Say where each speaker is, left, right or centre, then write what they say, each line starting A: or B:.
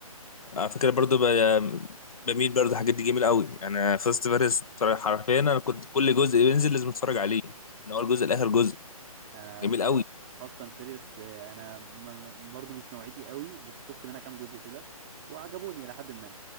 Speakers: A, on the left; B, on the right.
A: على فكره برضو ب- بميل برضو الحاجات دي جميله قوي يعني فاست فيريوس حرفيا انا كنت كل جزء بينزل لازم اتفرج عليه من اول جزء
B: جميل
A: لاخر جزء
B: انا
A: جميل
B: الصراحة
A: قوي
B: فاست اند فيريوس انا م- م- برضو مش نوعيتي قوي بس شفت منها كام جزء كده وعجبوني إلى حد ما